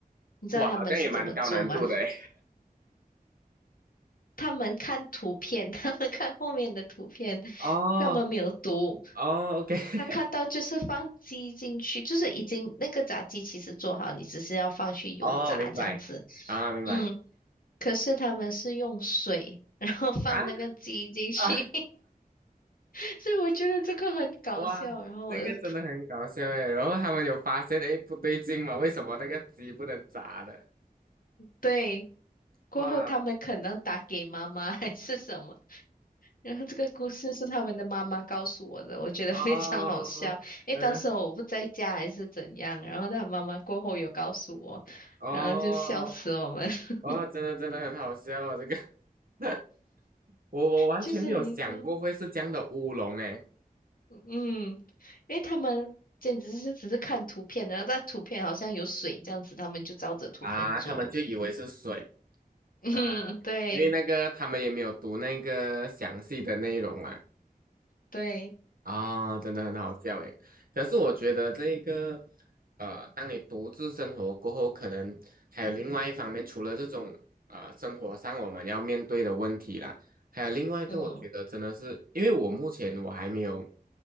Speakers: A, on the left (about 70°); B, on the right (about 70°).
A: 你知道他们是怎么做吗？
B: 哇，好像也蛮高难度的诶。
A: 他们看图片，<laughs> 他们看后面的图片，
B: 哦
A: 他们没有读。
B: 哦，OK，<laughs>
A: 他看到就是放鸡进去，就是已经那个炸鸡其实做好，你只是要放去油炸这样子。
B: 哦，明白啊，明白
A: 嗯，可是他们是用水，<laughs> 然后放那个鸡进去，
B: 啊啊，
A: <laughs> 所以我觉得这个很搞笑。
B: 哇，
A: 然后我就
B: 这个真的很搞笑诶。然后他们有发现，诶，不对劲嘛，为什么那个鸡不能炸的？
A: 对，过后他们可能打给妈妈还是什么，
B: 哇，
A: 然后这个故事是他们的妈妈告诉我的，我觉得非常好笑。
B: 哦，
A: 因为当时我不在家还是怎样，
B: 嗯，
A: 然后他妈妈过后有告诉我，
B: 哦。
A: 然后就笑死我们，<laughs>
B: 哇，真的真的很好笑啊！哦这个 <laughs> 我我完全没有想过会是这样的乌龙诶
A: 就是你知道，嗯，因为他们。简直是只是看图片，然后在图片好像有水这样子，他们就照着图片做。
B: 啊，他们就以为是水
A: <laughs> 嗯，
B: 啊，
A: 对
B: 因为那个他们也没有读那个详细的内容嘛，
A: 对，
B: 啊，真的很好笑诶。可是我觉得这一个，呃，当你独自生活过后，可能还有另外一方面，除了这种呃生活上我们要面对的问题啦，还有另外一个，
A: 嗯
B: 我觉得真的是，因为我目前我还没有